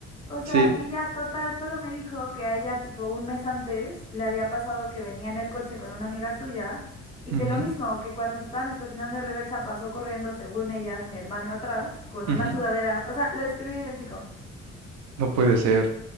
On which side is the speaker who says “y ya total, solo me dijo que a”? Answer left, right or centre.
Left